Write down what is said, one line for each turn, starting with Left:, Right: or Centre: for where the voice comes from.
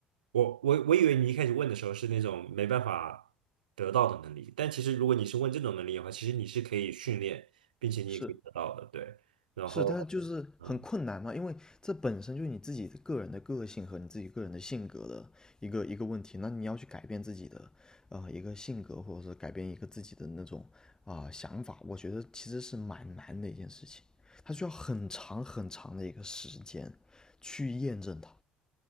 Right: 我我我以为你一开始问的时候是那种没办法得到的能力，但其实如果你是问这种能力的话，其实你是可以训练，并且你也可以得到的，
Left: 是
Right: 对。然后，
Left: 是，但是就是很困难嘛，
Right: 嗯。
Left: 因为这本身就是你自己的个人的个性和你自己个人的性格的一个一个问题。那你要去改变自己的呃一个性格，或者是改变一个自己的那种啊、呃想法，我觉得其实是蛮难的一件事情，它需要很长很长的一个时间去验证它。